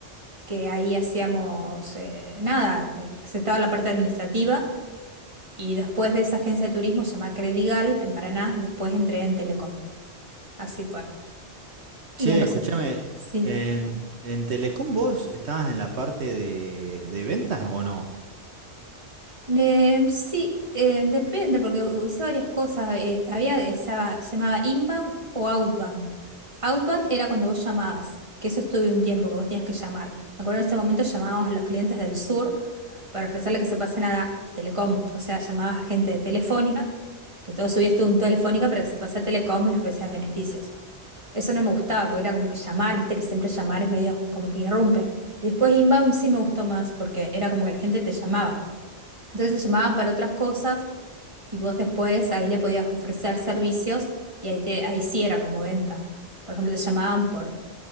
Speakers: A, on the right; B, on the right.
A: que ahí hacíamos eh, nada, eh, aceptaba la parte administrativa y después de esa agencia de turismo llamada Credigal en Paraná, después entré en Telecom. Así fue. Y
B: Che,
A: en Rosario.
B: escúchame,
A: Sí.
B: en, en Telecom vos estabas en la parte de, de ventas o no?
A: Eh, sí, eh, depende, porque u- hice varias cosas. Eh, había, estaba, llamaba inbound o outbound. Outbound era cuando vos llamabas, que eso estuve un tiempo, que vos tenías que llamar. Me acuerdo en ese momento llamábamos a los clientes del sur para ofrecerle que se pasen a Telecom. O sea, llamabas a gente de Telefónica, que todo su día estuvo en Telefónica, para que se pase a Telecom y le ofrecías beneficios. Eso no me gustaba, porque era como que llamar, viste que siempre llamar es medio como que irrumpe. Y después inbound sí me gustó más, porque era como que la gente te llamaba. Entonces se llamaban para otras cosas y vos después ahí le podías ofrecer servicios y ahí, te, ahí sí era como venta. Por ejemplo, te llamaban por,